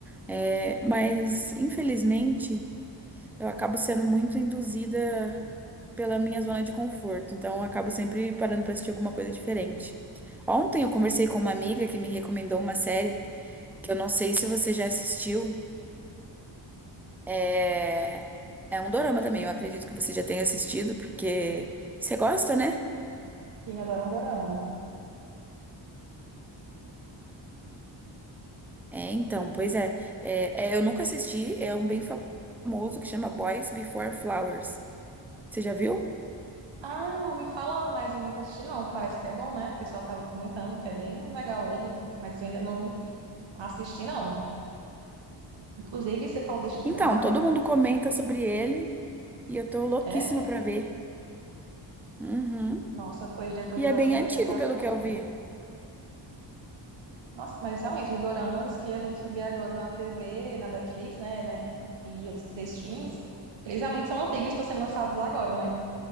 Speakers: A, in the centre; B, on the right.
A: é, mas infelizmente. Eu acabo sendo muito induzida pela minha zona de conforto, então eu acabo sempre parando para assistir alguma coisa diferente. Ontem eu conversei com uma amiga que me recomendou uma série que eu não sei se você já assistiu. É, é um dorama também, eu acredito que você já tenha assistido, porque você gosta, né?
B: que adora um dorama.
A: É, então, pois é. É, é, eu nunca assisti, é um bem famoso que chama Boys Before Flowers. Você já viu?
B: Ah, eu ouvi falar, mas eu nunca assisti, não. Parece que é bom, né? O pessoal tava comentando que é bem legal ele, mas eu ainda não assisti, não. Inclusive, você falou de estudar,
A: Então, todo mundo comenta sobre ele e eu tô louquíssima
B: é?
A: pra ver. Uhum.
B: Nossa, pois depois
A: E
B: eu
A: é bem
B: acho que eu
A: antigo,
B: vou pegar
A: pelo
B: pra
A: que
B: ver.
A: eu vi.
B: Nossa, mas realmente, os doramas que a gente vê agora na TV, na Netflix, né, né, e outros três filmes, eles realmente são antigos e estão sendo lançados agora, né?